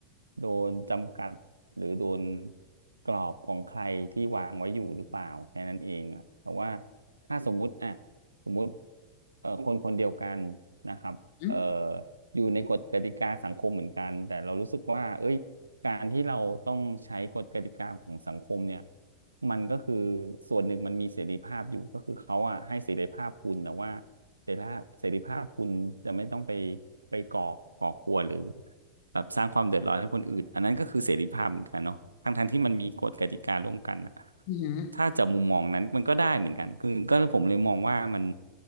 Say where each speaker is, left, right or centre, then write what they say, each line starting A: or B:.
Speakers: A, on the right (about 80°); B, on the left (about 45°).
A: โดนจำกัดหรือโดนกรอบของใครที่วางไว้อยู่หรือเปล่าแค่นั้นเองอะแต่ว่าถ้าสมมุติอ่ะสมมุติเอ่อคนคนเดียวกันนะครับเอ่อ
B: อืม
A: อยู่ในกฎกติกาสังคมเหมือนกันแต่เรารู้สึกว่าเอ้ยการที่เราต้องใช้กฎกติกาของสังคมเนี่ยมันก็คือส่วนหนึ่งมันมีเสรีภาพอยู่ก็คือเขาอ่ะให้เสรีภาพคุณแต่ว่าเสรีภาพเสรีภาพคุณจะไม่ต้องไปไปก่อก่อครัวรหรือแบบสร้างความเดือดร้อนให้คนอื่นอันนั้นก็คือเสรีภาพเหมือนกันเนาะทั้งท้งที่มันมีกฎกติการ่วมกันอะ
B: อืม
A: ถ้าจะมุมมองนั้นมันก็ได้เหมือนกันคือก็ผมเลยมองว่ามัน